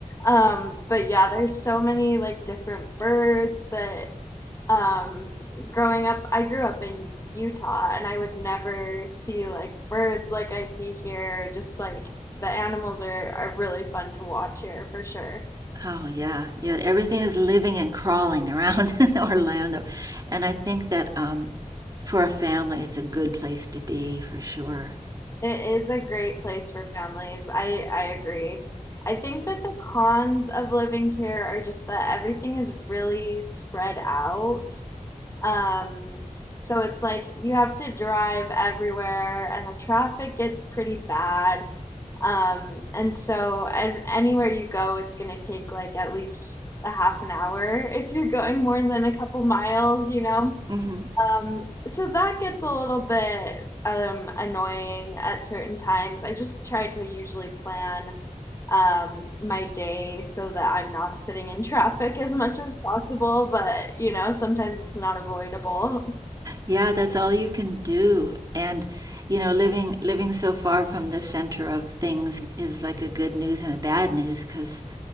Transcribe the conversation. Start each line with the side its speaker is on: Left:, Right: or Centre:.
Left: um but yeah, there's so many like different birds that um growing up I grew up in Utah and I would never see like birds like I see here. Just like the animals are are really fun to watch here for sure.
Right: Oh, yeah. Yeah, everything is living and crawling around <laughs> in Orlando. And I think that um, for a family, it's a good place to be for sure.
Left: It is a great place for families. I I agree. I think that the cons of living here are just that everything is really spread out. Um, so it's like you have to drive everywhere, and the traffic gets pretty bad. Um, and so an- anywhere you go, it's going to take like at least a half an hour if you're going more than a couple miles, you know?
Right: hmm
Left: Um, so that gets a little bit um, annoying at certain times. I just try to usually plan um, my day so that I'm not sitting in traffic as much as possible, but you know, sometimes it's not avoidable.
Right: Yeah, that's all you can do. And, you know, living living so far from the center of things is like a good news and a bad news because,